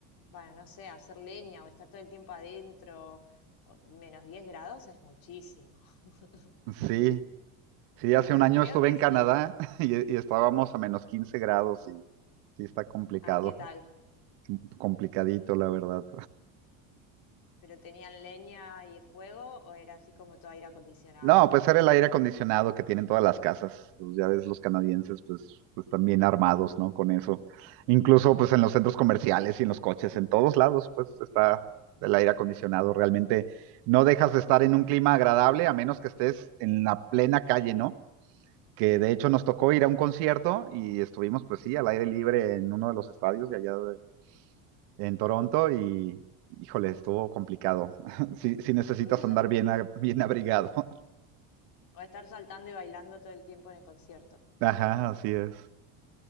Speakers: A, on the left (about 50°); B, on the right (about 70°).
A: Bueno, no sé, hacer leña o estar todo el tiempo adentro, o- menos 10 grados es muchísimo. <laughs>
B: Sí, sí, hace
A: Pero
B: un año
A: creo
B: estuve
A: que
B: en
A: sí.
B: Canadá <laughs> y, y estábamos a menos 15 grados y sí está complicado,
A: Ay, ¿qué tal?
B: complicadito, la verdad.
A: ¿Pero tenían leña y fuego o era así como todo aire acondicionado
B: No,
A: y tal?
B: pues era el aire acondicionado que tienen todas las casas. Pues ya ves, los canadienses, pues, pues están bien armados, ¿no? Con eso. Incluso, pues, en los centros comerciales y en los coches, en todos lados, pues, está el aire acondicionado. Realmente no dejas de estar en un clima agradable a menos que estés en la plena calle, ¿no? Que de hecho nos tocó ir a un concierto y estuvimos, pues sí, al aire libre en uno de los estadios de allá de- en Toronto y, híjole, estuvo complicado. <laughs> Si necesitas
A: <laughs>
B: andar bien, a- bien abrigado. <laughs>
A: O estar saltando y bailando todo el tiempo en el concierto.
B: Ajá, así es.